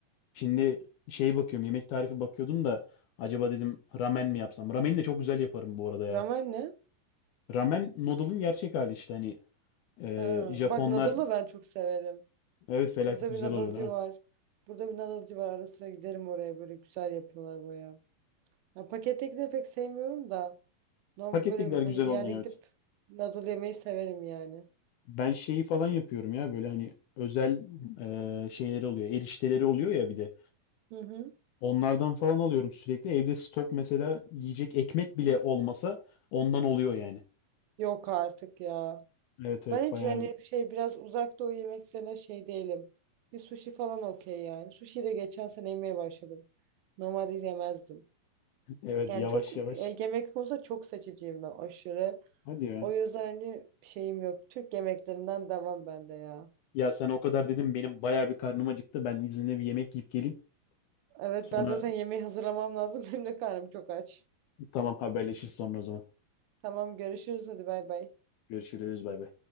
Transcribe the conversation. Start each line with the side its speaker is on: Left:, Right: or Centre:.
Left: Şimdi şey bakıyorum yemek tarifi bakıyordum da acaba dedim ramen mi yapsam? Rameni de çok güzel yaparım bu arada ya.
Right: Ramen ne?
Left: Ramen noodle'ın gerçek hali işte hani e,
Right: Ha,
Left: Japonlar
Right: bak Nadal'ı ben çok severim.
Left: evet felaket
Right: Burada
Left: güzel
Right: bir Nadal'cı
Left: oluyor değil mi?
Right: var. Burada bir Nadal'cı var. Ara sıra giderim oraya böyle güzel yapıyorlar bayağı. Ya pakette de pek sevmiyorum da. Normal
Left: Pakettekiler
Right: böyle
Left: güzel
Right: hani bir
Left: olmuyor
Right: yerde gidip
Left: evet.
Right: noodle yemeyi severim yani.
Left: Ben şeyi falan yapıyorum ya böyle hani özel e, şeyleri oluyor erişteleri oluyor ya bir de.
Right: Hı hı.
Left: Onlardan falan alıyorum sürekli. Evde stok mesela yiyecek ekmek bile olmasa ondan oluyor yani.
Right: Yok artık ya.
Left: Evet evet
Right: Ben
Left: bayağı
Right: hiç yani şey biraz uzak doğu yemeklerine şey değilim. Bir sushi falan okey yani. Sushi de geçen sene yemeye başladım. Normalde yemezdim.
Left: evet
Right: Yani
Left: yavaş
Right: çok
Left: yavaş.
Right: e, yemek konusunda çok seçiciyim ben aşırı.
Left: Hadi ya.
Right: O yüzden hani şeyim yok. Türk yemeklerinden devam bende ya.
Left: Ya sen o kadar dedim benim bayağı bir karnım acıktı. Ben izinle bir yemek yiyip geleyim.
Right: Evet
Left: Sonra
Right: ben zaten yemeği hazırlamam lazım. <laughs> Benim de karnım çok aç.
Left: tamam haberleşiriz sonra o zaman.
Right: Tamam görüşürüz hadi bay bay.
Left: Görüşürüz bay bay.